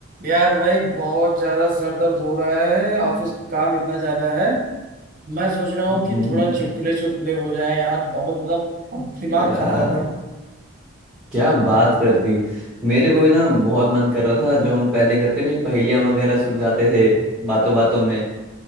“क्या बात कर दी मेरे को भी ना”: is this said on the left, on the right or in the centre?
Centre